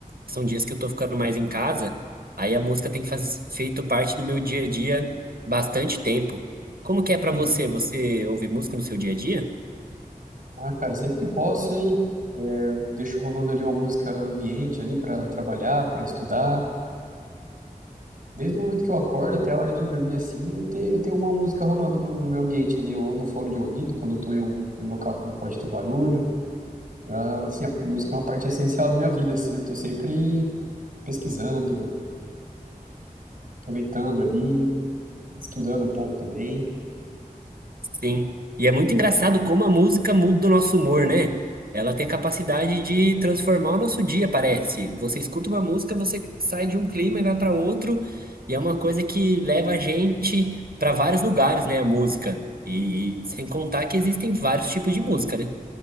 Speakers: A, on the right (about 85°); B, on the right (about 60°).
A: São dias que eu tô ficando mais em casa. Aí a música tem faz- feito parte do meu dia a dia bastante tempo. Como que
B: Entendi.
A: é pra você? Você ouve música no seu dia a dia?
B: Ah, cara, sempre que posso, hein? Eu deixo rolando ali uma música ambiente ali pra trabalhar, pra estudar. Desde o momento que eu acordo até a hora de dormir assim, eu tenho, tenho alguma música rolando no, no meu ambiente ali, ou no fone de ouvido, quando eu tô em um, em um local que não pode ter barulho. Ah, assim, a música é uma parte essencial da minha vida, assim. Eu tô sempre pesquisando, aproveitando ali, estudando um pouco também.
A: Sim. E é muito engraçado como a música muda o nosso humor, né? Ela tem a capacidade de transformar o nosso dia, parece. Você escuta uma música, você sai de um clima e vai para outro, e é uma coisa que leva a gente para vários lugares, né? A música. E sem contar que existem vários tipos de música, né?